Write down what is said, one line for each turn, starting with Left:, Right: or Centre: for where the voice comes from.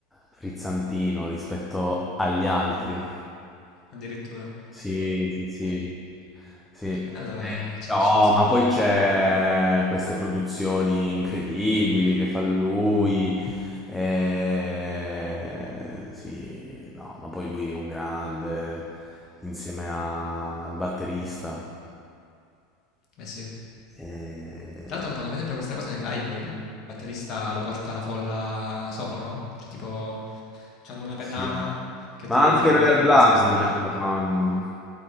Centre: frizzantino rispetto agli altri.
Left: addirittura.
Centre: Sì, sì, sì, sì.
Left: E Allora
Centre: Eh,
Left: ci
Centre: no,
Left: faccio un ascolto.
Centre: ma poi c'è queste produzioni incredibili che fa lui. eh, sì, no, ma poi lui è un grande insieme al batterista.
Left: Eh sì.
Centre: Eh,
Left: Tra l'altro fanno sempre questa cosa nei live che il batterista lo porta alla folla sopra, no? Cioè tipo, hanno una pedana
Centre: Sì.
Left: che utilizzano
Centre: Ma anche il Royal
Left: per
Centre: Blood
Left: spostarlo.
Centre: mi sa che lo fanno.